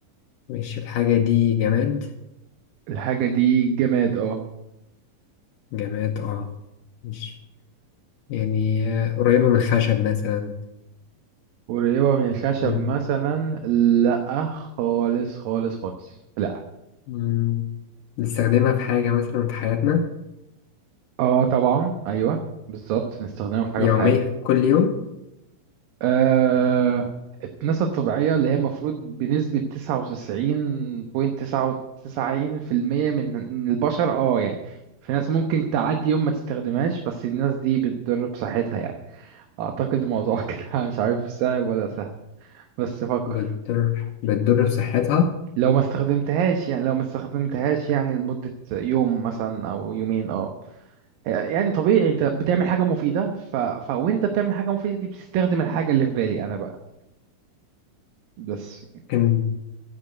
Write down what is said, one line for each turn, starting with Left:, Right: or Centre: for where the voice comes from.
Left: مش الحاجة دي جماد
Right: الحاجة دي جماد اه
Left: جماد اه مش يعني قريبة من الخشب مثلا
Right: قريبة من الخشب
Left: مم.
Right: مثلا لا خالص خالص خالص لا
Left: مم. بنستخدمها في حاجة مثلا في حياتنا
Right: اه طبعا ايوه بالظبط نستخدمها في حاجة
Left: يومية
Right: في حياتنا
Left: كل يوم
Right: آه الناس الطبيعية اللي هي المفروض بنسبة تسعة وتسعين بوينت تسعة وتسعين في المية من من البشر اه يعني في ناس ممكن تعدي يوم ما تستخدمهاش بس الناس دي بتضر بصحتها يعني اعتقد الموضوع <laughs> كده مش عارف صعب ولا سهل بس فكر
Left: بتضر بتضر بصحتها
Right: لو ما استخدمتهاش يعني لو ما استخدمتهاش يعني لمدة يوم مثلا او يومين اه آه، يعني طبيعي انت بتعمل حاجة مفيدة ف... ف... وانت بتعمل حاجة مفيدة دي بتستخدم الحاجة اللي في بالي انا بقى بس
Left: ممكن